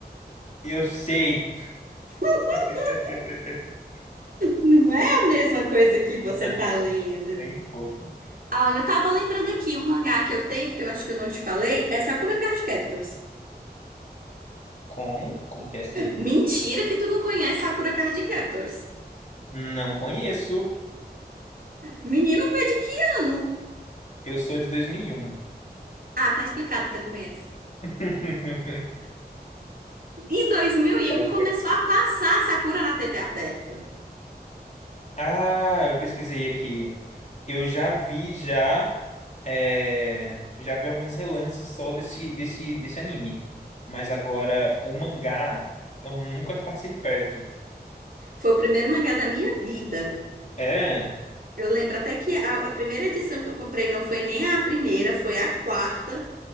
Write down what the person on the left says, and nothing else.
eu sei.
<laughs>
Não,
tem pouco.
Como? Como que é isso daí?
Não conheço.
Eu sou de 2001.
<laughs>
Vai
que
é- <laughs>
Ah, eu pesquisei aqui. Eu já vi já é, já vi alguns relances só desse desse desse anime, mas agora o mangá eu nunca passei perto.
É,